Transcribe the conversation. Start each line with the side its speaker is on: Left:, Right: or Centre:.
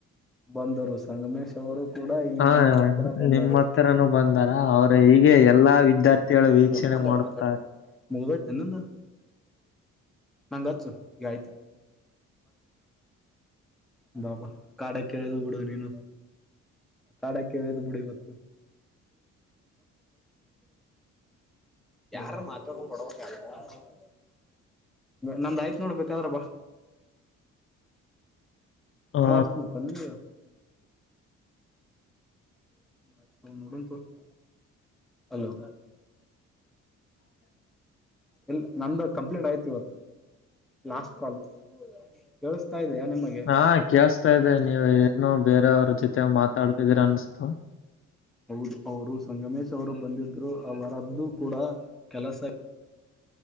Centre: ಬಂದರು. ಸಂಗಮೇಶ್ ಅವರು ಕೂಡ ಇಲ್ಲಿ
Left: ಹಾ
Centre: ನಮ್ಮ ಹತ್ತಿರ ಬಂದರು.
Left: ನಿಮ್ಮ ಹತ್ರನೂ ಬಂದಾರ ಅವ್ರ ಹೀಗೆ ಎಲ್ಲಾ ವಿದ್ಯಾರ್ಥಿಗಳು ವೀಕ್ಷಣೆ
Centre: ಮುಂದೆರಡು
Left: ಮಾಡುತ್ತಾರೆ
Centre: ಮಾತಾಡ್ರೋ. ಮುಗಿದು ಹೋಯ್ತೆನು ನಿಂದು ನಂಗು ಹಚ್ಚು ಇದು ಆಯ್ತು. ಬಾಬಾ ಅಖಡಕ್ಕೆ ಇಳಿದು ಬಿಡು ನೀನು ಅಖಡಕ್ಕೆ ಇಳಿದ್ ಬಿಡು ಇವತ್ತು. ಯಾರ ಮಾತಾಡ ಕೊಡಬೇಕ. <unintelligible> ನಮ್ದು ಆಯ್ತು ನೋಡು ಬೇಕಾದ್ರೆ ಬಾ.
Left: ಹಾ
Centre: ನಾ ಹಚ್ಚಿತಿನಪ್ಪ ನಿನಗ. <unintelligible> ಹಲೋ ಇಲ್ಲ ನಂದು ಕಂಪ್ಲೀಟ್ ಆಯ್ತ್ ಇವತ್ತು ಲಾಸ್ಟ್ ಕಾಲ್. ಕೇಳಿಸ್ತಾ ಇದೆಯಾ ನಿಮಗೆ
Left: ಹಾ ಕೇಳಿಸ್. ಇದೆ ನೀವು ಏನು ಬೇರೆಯವ್ರ ಜೊತೆ ಮಾತಾಡ್ತಿದೀರ ಅನಿಸ್ತು.
Centre: ಹೌದು ಅವರು ಸಂಗಮೇಶ್ ಅವರು ಬಂದಿದ್ರು ಅವರದ್ದು ಕೂಡ ಕೆಲಸ.